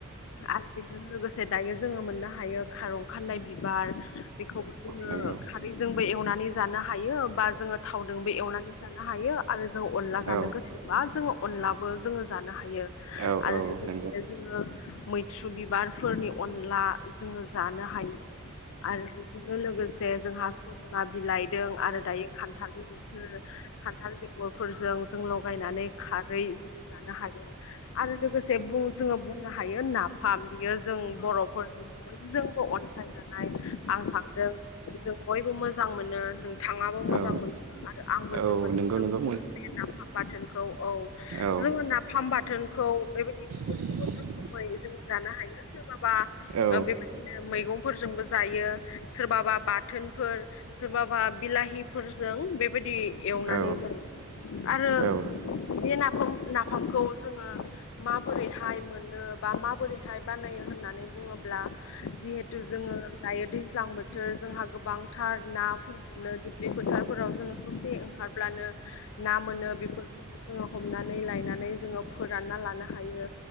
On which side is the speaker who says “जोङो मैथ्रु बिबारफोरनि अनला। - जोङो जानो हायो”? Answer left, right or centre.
Left